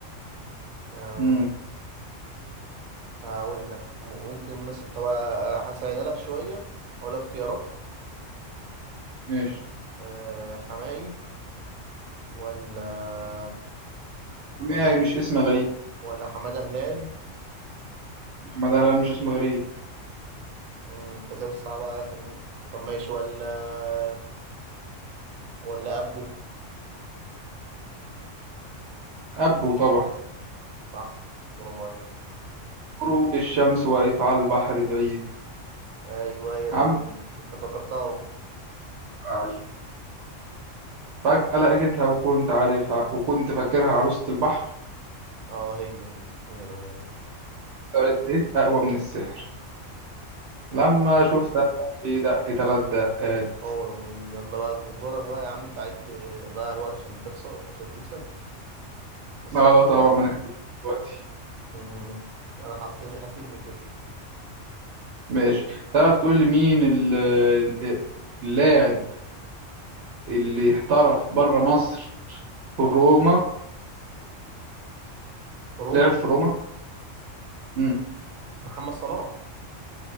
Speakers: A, on the right; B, on the right.
A: آه،
B: امم
A: هقول لك م- ممكن مثلا طب آه، هسهلها لك شويه هقول لك اختيارات
B: ماشي
A: آه، حماقي ولا
B: حماية
A: ولا
B: مش اسم غريب
A: ولا حمادة هلال
B: محمد هلال مش اسم غريب
A: مم، انت كده صعب على خليني طب ماشي ولا ولا أبو
B: ابو طبعا
A: صح برافو عليك
B: غروب الشمس واقف على البحر بعيد
A: أيوه هي الأغنية
B: عم
A: دي أنت فكرتها أهو
B: بعيد فجأة لقيتها وكنت عارفها وكنت فاكرها عروسة البحر
A: أه هي هي هي الأغنية دي
B: طلعت ايه اقوى من السحر لما
A: أيوه
B: شفتها قلبي دق تلات دقات
A: هو الأغنية دي يلا بقى دورك بقى يا عم أنت عايز تضيع الوقت عشان تخسر عشان تكسب خسرت
B: اه طبعا ما انا كنت دلوقتي
A: مم، أنا حسيت حسيت بكده
B: ماشي تعرف تقول لي مين ال- ال- اللاعب اللي احترف بره مصر في روما
A: روما
B: لعب في روما امم
A: محمد صلاح